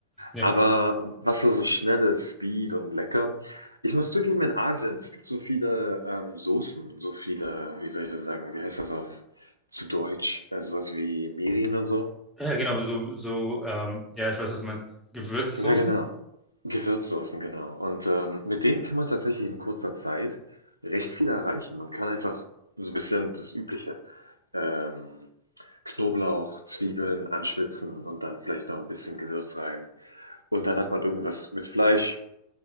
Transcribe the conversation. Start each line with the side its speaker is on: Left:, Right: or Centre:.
Centre: Ja.
Right: Aber was so, so schnell ist, Speed und lecker. Ich muss zugeben, in Asien, es gibt so viele ähm, Soßen, so viele, wie soll ich das sagen, wie heißt das auf zu Deutsch? Äh, sowas wie Mirin und so.
Centre: Ja, genau, so, so ähm, ja, ich weiß, was du meinst. Gewürzsoßen?
Right: Ja, genau. Gewürzsoßen, genau. Und ähm, mit denen kann man tatsächlich in kurzer Zeit recht viel erreichen. Man kann einfach so ein bisschen das Übliche, ähm, Knoblauch, Zwiebeln anschwitzen und dann vielleicht noch ein bisschen Gewürz rein. Und dann hat man irgendwas mit Fleisch,